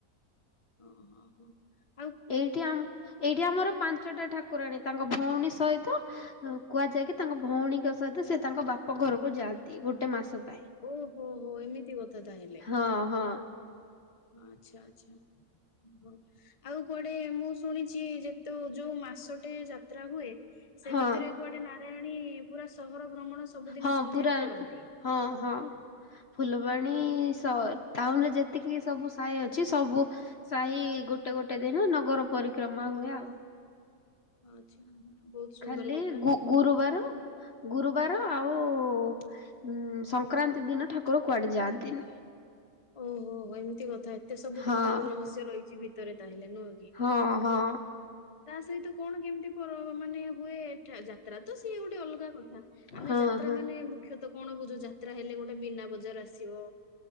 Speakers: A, on the left; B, on the left.
A: ହଁ ହଁ ହଁ।
B: ଏଇଠି ଆମ ଏଇଠି ଆମର ପାଞ୍ଚଟା ଠାକୁରାଣୀ। ତାଙ୍କ ଭଉଣୀ ସହିତ କୁହାଯାଏ କି ତାଙ୍କ ଭଉଣୀଙ୍କ ସହିତ ସେ ତାଙ୍କ ବାପ ଘରକୁ ଯାଆନ୍ତି। ଗୋଟେ ମାସ। ପାଇଁ।
A: ଓହୋ ହୋ ଏମିତି କଥା ତାହେଲେ।
B: ହଁ ହଁ
A: ହଁ ଆଚ୍ଛା ଆଚ୍ଛା। ଓହୋ ଆଉ କୁଆଡେ ମୁଁ ଶୁଣିଚି ଯେ ତୁ ଯୋଉ ମାସଟେ ଯାତ୍ରା ହୁଏ ସେ
B: ହଁ
A: ଭିତରେ କୁଆଡେ ନାରାୟଣୀ ପୁରା ସହର ଭ୍ରମଣ ସବୁଦିନ
B: ହଁ
A: ସନ୍ଧ୍ୟାରେ
B: ପୁରା
A: କରନ୍ତି।
B: ହଁ ହଁ ଫୁଲବାଣୀ
A: ହଁ,
B: ସହର ଟାଉନରେ ଯେତିକି ସବୁ ସାହି ଅଛି ସବୁ ସାହି ଗୋଟେ ଗୋଟେ ଦିନ ନଗର ପରିକ୍ରମା ହୁଏ ଆଉ।
A: ଆଚ୍ଛା ବହୁତ ସୁନ୍ଦର
B: ଖାଲି
A: କଥା।
B: ଗୁ-ଗୁରୁବାର
A: ଏଁ,
B: ଗୁରୁ ବାର ଆଉ ଉ ଉମ୍ ସଂକ୍ରାନ୍ତି ଦିନ ଠାକୁର କୁଆଡେ ଯାଆନ୍ତିନି।
A: ଓହୋ। ଏମତି କଥା ଏତେ ସବୁ
B: ହଁ
A: କଥା ଆଉ ରହସ୍ୟ ରହିଛି ଭିତରେ ତାହେଲେ। ନୁହଁ କି?
B: ହଁ ହଁ।
A: ତା ସହିତ କଣ କେମତି ପର ମାନେ ହୁଏ ଏଠା ଯାତ୍ ଯାତ୍ରା ତ ସିଏ ଗୋଟେ ଅଲଗା କଥା, ଆମେ
B: ହଁ
A: ଯାତ୍ରା
B: ହଁ।
A: ମାନେ ମୁଖ୍ୟତଃ କଣ ବୁଝୁ ଯା ଯାତ୍ରା ହେଲେ ଗୋଟେ ମୀନା ବଜାର ଆସିବ,